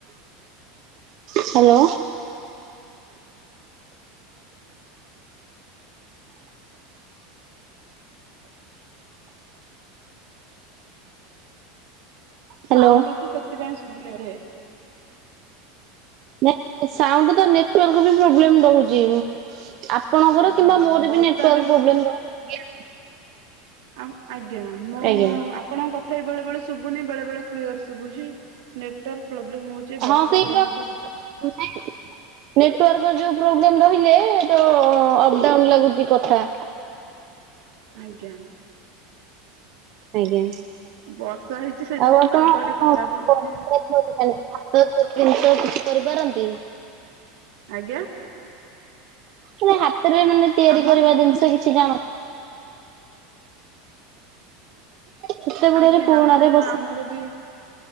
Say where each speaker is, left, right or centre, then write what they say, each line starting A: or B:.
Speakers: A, on the right; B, on the right.
A: ହ୍ୟାଲୋ।
B: ସାଉଣ୍ଡ
A: ହ୍ୟାଲୋ
B: ହଉଛି ସେଥିପାଇଁ ଶୁଭୁନି ବୋଧେ।
A: ନାଇ ସାଉଣ୍ଡ ତ ନେଟୱାର୍କ ବି ପ୍ରୋବ୍ଲେମ ରହୁଛି ଆପ ଆପଣଙ୍କର
B: ଆଜ୍ଞା
A: କିମ୍ବା
B: ଆଜ୍ଞା
A: ମୋର
B: ବର୍ଷା
A: ବି ର୍ନେଟୱାର୍କ
B: ଯୋଗୁ
A: ପ୍ରୋବ୍ଲେମ ରହୁଛି
B: ଆ ଆଜ୍ଞା ମୁଁ
A: ଆଜ୍ଞା।
B: ଆପଣଙ୍କ କଥା ବି ବେଳେ ବେଳେ ଶୁଭୁନି ବେଳେ ବେଳେ କ୍ଲିୟର ଶୁଭୁଛି। ନେଟୱାର୍କ ପ୍ରୋବ୍ଲେମ ହଉଛି ବର୍ଷା
A: ହଁ ସେଇ
B: ପାଇଁ
A: ବା
B: ବୋଧେ?
A: <inaudible>
B: <inaudible>
A: ନେଟୱାର୍କ ଯୋଉ ପ୍ରୋବ୍ଲେମ ରହିଲେ ତ ଅପଡାଉନ୍ ଲାଗୁଛି କଥା।
B: ଆଜ୍ଞା।
A: ଆଜ୍ଞା,
B: ବର୍ଷା ହେଇଛି ସେଥିପାଇଁ
A: ଆଉ ଆପଣ
B: ପାଗ ଟା ଖରାପ
A: କଣ
B: ଅଛି
A: <unintelligible> ହାତ ତିଆରି ଜିନିଷ, କିଛି କରିପାରନ୍ତି?
B: ଆଜ୍ଞା।
A: ମାନେ ହାତରେ, ମାନେ ତିଆରି
B: ଆମର
A: କରିବା ଜିନିସ କିଛି ଜାଣ ସେତେବେଳେରେ,
B: ଆଜ୍ଞା
A: ପୁରୁଣାରେ
B: ଆମେ
A: ବସି
B: ଆମର ବି